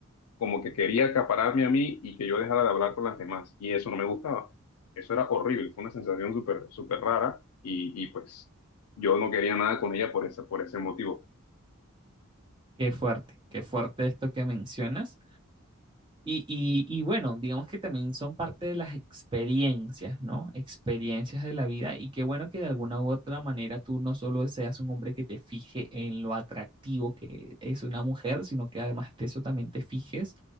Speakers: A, on the left; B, on the right.
A: como que quería acapararme a mí y que yo dejara de hablar con las demás, y eso no me gustaba. Eso era horrible, fue una sensación súper, súper rara, y, y pues yo no quería nada con ella por esa, por ese motivo.
B: Qué fuerte, qué fuerte esto que mencionas. Y, y- y bueno, digamos que también son parte de las experiencias, ¿no? Experiencias de la vida y qué bueno que de alguna u otra manera tú no solo seas un hombre que te fije en lo atractivo que es una mujer, sino que además de eso también te fijes